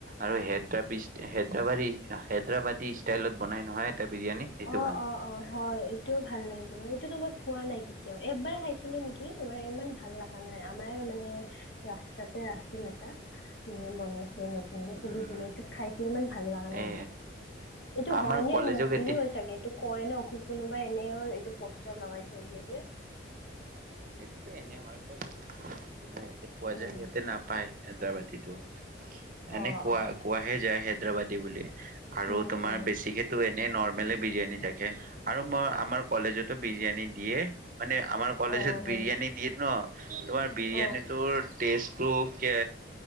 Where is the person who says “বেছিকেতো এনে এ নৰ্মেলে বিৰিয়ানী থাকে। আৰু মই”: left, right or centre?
Right